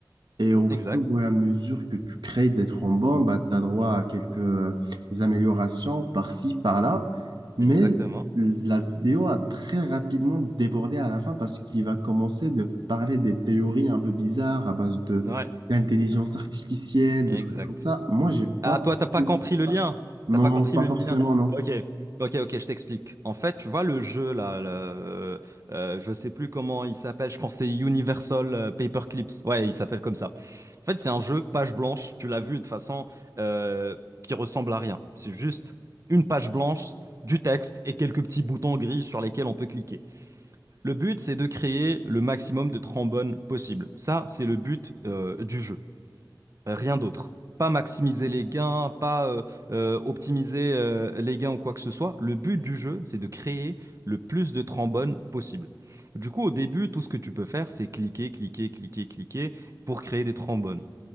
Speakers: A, on the right; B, on the right.
A: Et au
B: Exact,
A: fur et à mesure que tu crées des thrombons, bah, tu as droit à quelques euh, améliorations par-ci, par-là. Mais
B: exactement.
A: la vidéo a très rapidement débordé à la fin parce qu'il va commencer de parler des théories un peu bizarres à base de
B: Ouais,
A: d'intelligence artificielle, de
B: exact.
A: trucs comme ça. Moi, j'ai pas
B: Ah, toi, t'as pas
A: saisi.
B: compris le lien.
A: Non,
B: T'as pas compris
A: pas
B: le
A: forcément,
B: lien.
A: non.
B: Ok, ok, ok, je t'explique. En fait, tu vois le jeu là, le- euh, je sais plus comment il s'appelle. Je pense que c'est Universal euh, Paperclips. Ouais, il s'appelle comme ça. En fait, c'est un jeu page blanche. Tu l'as vu de toute façon euh, qui ressemble à rien. C'est juste une page blanche, du texte et quelques petits boutons gris sur lesquels on peut cliquer. Le but, c'est de créer le maximum de trombones possible. Ça, c'est le but euh, du jeu. Rien d'autre. Pas maximiser les gains, pas euh, euh, optimiser euh, les gains ou quoi que ce soit. Le but du jeu, c'est de créer le plus de trombones possible. Du coup, au début, tout ce que tu peux faire, c'est cliquer, cliquer, cliquer, cliquer pour créer des trombones.